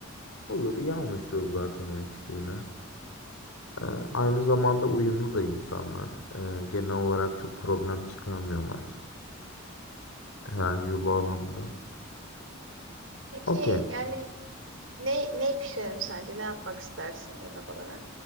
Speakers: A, on the left (about 75°); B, on the right (about 65°).
A: Olur, iyi anlaşıyoruz zaten o ikisiyle. Ee, aynı zamanda uyumlu da insanlar. Ee, genel olarak çok problem çıkarmıyorlar herhangi bir bağlamda.
B: Peki
A: Okey.
B: yani ne ne pişirelim sence? Ne yapmak istersin yemek olarak?